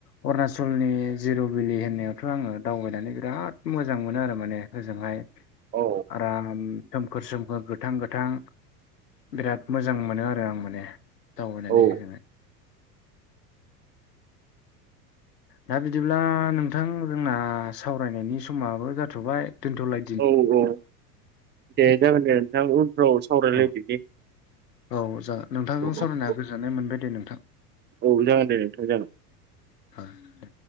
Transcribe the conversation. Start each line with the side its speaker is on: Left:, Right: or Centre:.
Left: अरुणाचलनि जिर' बिलि होननायावथ' आङो दावबायनानै बिराद मोजां मोनो आरो माने। फोरजोंहाय
Right: औ
Left: आराम। सोमखोर सोमखोर गोथां गोथां बिराद मोजां मोनो आरो आं माने दावबायनानै
Right: औ
Left: होगोन। दा बिदिब्ला नोंथां जोंना सावरायनायनि समाबो जाथ'बाय दोन्थ'लाय।
Right: औ औ दे जागोन दे नोंथां उनफ्राव सावरायलायदनि।
Left: औ औ जा नोंथांजों सरायनाया
Right: औ
Left: गोजोननाय मोनबाय दे नोंथां।
Right: औ जागोन दे नोंथां जागोन
Left: ओ दे